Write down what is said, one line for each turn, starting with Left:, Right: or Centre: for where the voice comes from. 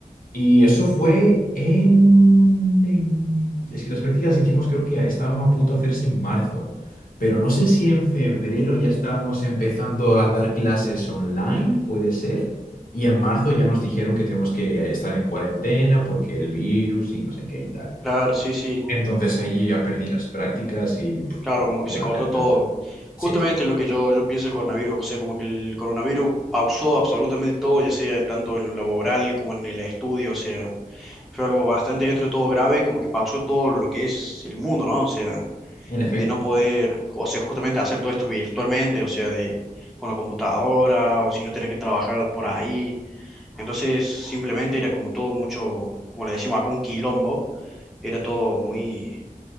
Left: Y eso fue en... en- Es que las prácticas las hicimos, creo que estábamos a punto de hacerse en marzo, pero no sé si en febrero ya estábamos empezando a dar clases online, puede ser, y en marzo ya nos dijeron que tenemos que estar en cuarentena porque el virus y no sé qué y tal.
Centre: Claro, sí, sí.
Left: Entonces ahí ya perdí las prácticas y puf,
Centre: Claro,
Left: no
Centre: como que
Left: pude
Centre: se cortó
Left: hacer
Centre: todo.
Left: nada. Sí,
Centre: Justamente
Left: sí,
Centre: lo que yo, yo pienso del coronavirus. O sea, como que el coronavirus pausó absolutamente todo, ya sea tanto en lo laboral como en el estudio. O sea. fue algo bastante dentro de todo grave, como que pausó todo lo que es el mundo, ¿no? O sea,
Left: en efecto.
Centre: de no poder, o sea, justamente hacer todo esto virtualmente, o sea, de con la computadora, o si no tener que trabajar por ahí. Entonces, simplemente era como todo mucho, como le decimos acá, un quilombo, era todo muy,